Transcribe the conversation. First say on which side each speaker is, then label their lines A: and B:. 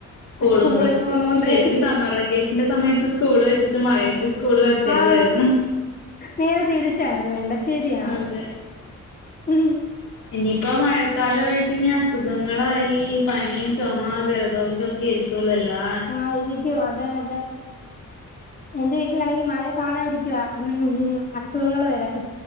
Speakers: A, on the left; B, on the left.
A: സ്കൂളും
B: സ്കൂളിൽ
A: ത തുറക്കും
B: പോന്നോണ്ട്
A: ശെരിക്കും സമ്മർ വെക്കേഷന്റെ സമയത്ത് സ്കൂൾ വെച്ചിട്ട് മഴയത്ത് സ്കൂള് വെക്കരുതായിരുന്നു
B: ആണ് നേരെ തിരിച്ചായിരുന്നു വേണ്ടെ ശരിയാണ്
A: അതെ
B: ഉം
A: ഇനിയിപ്പോ മഴക്കാലമായിട്ട് ഇനി അസുഖങ്ങളായി പനിയും ചുമ ജലദോഷം ഒക്കെ ഇരിക്കും ക്കുള്ളൂ അല്ലാ
B: ആഹ ഇരിക്കും അതെ അതെ എന്റെ വീട്ടിലാണെങ്കി മഴ കാണാ ഇരിക്കുവ ഉം അസുഖങ്ങള് വരാൻ